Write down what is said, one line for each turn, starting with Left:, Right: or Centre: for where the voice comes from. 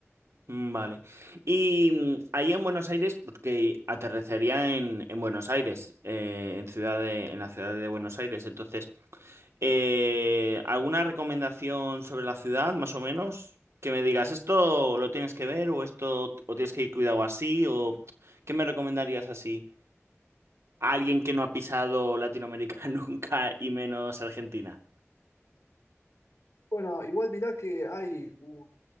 Right: Mm, Vale. Y mm, ahí en Buenos Aires, porque aterrecería en, en Buenos Aires, eh, en ciudad de- en la ciudad de Buenos Aires. Entonces, Eh, ¿alguna recomendación sobre la ciudad, más o menos? Que me digas, esto lo tienes que ver o esto o tienes que ir cuidado así o ¿qué me recomendarías así? A alguien que no ha pisado Latinoamérica <laughs> nunca y menos Argentina.
Left: Bueno, igual mirá que hay un,